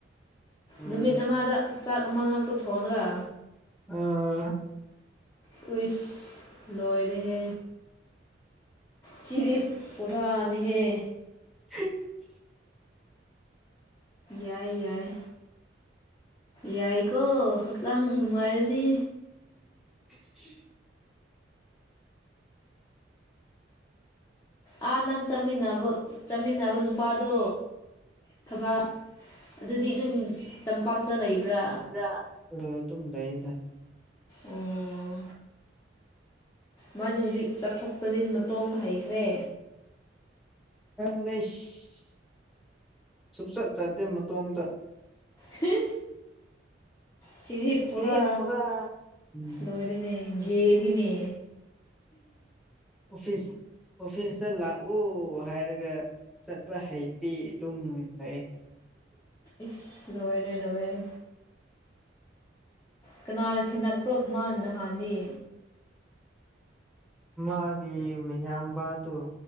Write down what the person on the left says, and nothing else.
ꯅꯨꯃꯤꯠ ꯑꯃꯗ ꯆꯥꯛ ꯑꯃ ꯉꯥꯛꯇ ꯊꯣꯡꯒ
ꯍ ꯂꯣꯏꯣꯏꯗ ꯍꯦ ꯆꯔꯤꯞ ꯄꯣꯔꯥꯅꯤꯍꯦ
ꯌꯥꯏ ꯌꯥꯏ ꯌꯥꯏ ꯀꯣ ꯍꯛꯆꯥꯡ ꯅꯨꯡꯉꯥꯏꯔꯅꯤ
ꯑꯥ ꯅꯪ ꯆꯠꯃꯤꯟꯅꯕ ꯆꯠꯃꯤꯟꯅꯕ ꯅꯨꯄꯥꯗꯣ ꯊꯕꯛ ꯑꯗꯨꯗꯤ ꯑꯗꯨꯝ ꯇꯝꯄꯥꯛꯇ ꯂꯩꯕ꯭ꯔꯥ
ꯎꯝ ꯃꯥꯗꯤ ꯍꯧꯖꯤꯛ ꯆꯠꯊꯣꯛ ꯆꯠꯁꯤꯟ ꯃꯇꯣꯝꯇ ꯍꯩꯈ꯭ꯔꯦ
ꯍ ꯆꯅꯤ ꯄꯨꯕ
ꯂꯣꯏꯔꯦꯅꯦ ꯒꯦꯅꯤꯅꯦ
ꯏꯁ ꯂꯣꯏꯔꯦ ꯂꯣꯏꯔꯦ ꯀꯅꯥꯅ ꯊꯤꯟꯂꯛꯄ꯭ꯔꯣ ꯃꯥꯅ ꯅꯍꯥꯟꯅꯤ